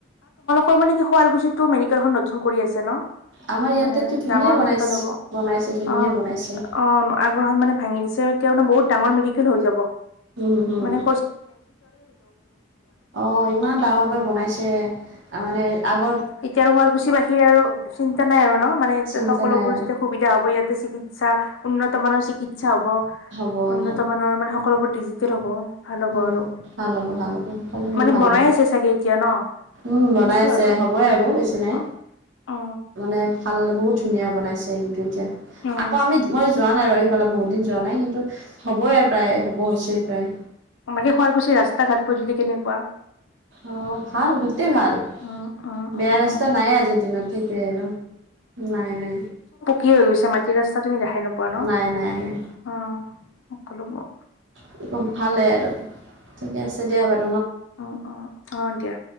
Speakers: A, on the left; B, on the right.
A: ত, মানে কি শুৱালকুছি টো মেডিকেলখন নতুন আছে ন।
B: আমাৰ ইয়াতেতো
A: মানে
B: ধুনীয়া
A: ডাঙৰ
B: বনাইছ
A: মেডিকেল হ'ব
B: বনাইছে ধুনীয়া
A: অ',
B: বনাইছে,
A: অ', আগ্ৰহ মানে ভা, বতাৰ ম, হৈ য,
B: উম, উম,
A: মানৈ
B: অ, ইমান ডাঙৰকৈ বনাইছে ত, মানে আ।
A: এতিয়া আৰু শুৱালকুছি বাসীৰ আৰু চিন্তা নাই আৰু ন'? মানে
B: চিন্তা
A: সকলোবোৰ
B: নাই
A: যেতিয়া সুবিধা হ'ব ইয়াতে চিকিৎ সা, উন্নত মানৰ চিকিৎসা হ'ব,
B: হ'ব,
A: উন্নত
B: হ'ব,
A: মানৰ, মানে সকলোবোৰ ডিজিটেল হ'ব। ভাল হ'ব
B: উম।
A: আৰু,
B: ভাল হ'ব, ভাল হ'ব, সকলোখিনি
A: মানে
B: ভাল
A: বনাই
B: হ'ব,
A: আছে চাগে এতিয়া ন?
B: উম
A: শুনিছো
B: বনাই আছে
A: আৰু
B: হ'বই আৰু বেছি নাই।
A: অ অ
B: মানে ভাল বহুত ধুনীয়া বনাইছে কিন্তু এতিয়া,
A: অ
B: আকৌ আমি মই যোৱা নাই ৰ সিফালে বহুত দিন যোৱা নাই কিন্তু হবয়ে প্ৰায়, হ'ব হৈছেই প্ৰায়
A: <unintelligible> শুৱালকুছি ৰাস্তা ঘাট পধুলি কেনেকুৱা?
B: অ, ভাল, গোটেই ভাল।
A: উম উম
B: বেয়া
A: উম
B: ৰাস্তা
A: উম
B: নায়ে আজি দিনত, সেইটোৱে আৰু, নাই, নাই।
A: কীয়ে হৈ গৈছে, মাটিৰ ৰাস্তা তুমি দেখাই নোপোৱা ন'?
B: নাই নাই নাই
A: অ সকলো বোৰ।
B: কি কম, ভাল লাগে আৰু, ঠিকে আছে দিয়া ব
A: অ-অ, অ, দিয়া।